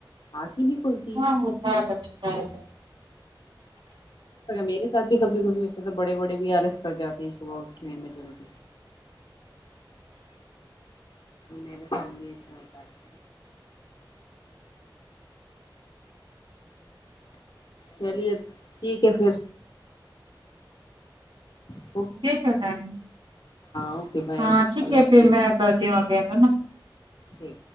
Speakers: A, on the left; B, on the right.
A: آنکھ ہی نہیں کھلتی
B: ہاں
A: ہ
B: ہوتا ہے بچوں کا ایسا
A: میرے ساتھ بھی کبھی کبھی ہوس تو بڑے بڑے بھی آلس کر جاتے ہیں صبح اٹھنے میں جلدی میرے پاس بھی ایسا ہوتا ہے چلیے ٹھیک ہے پھر ہوں
B: دیکھا ٹم
A: اوکے بائے
B: ہاں ٹھیک
A: اللہ
B: ہے پھر میں کرتی ہوں اگل ہے نا
A: ٹھیک